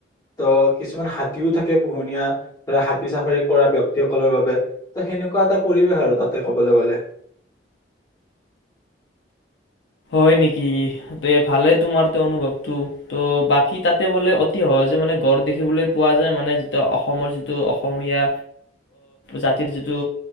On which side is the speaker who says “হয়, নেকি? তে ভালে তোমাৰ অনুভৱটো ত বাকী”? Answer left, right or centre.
Left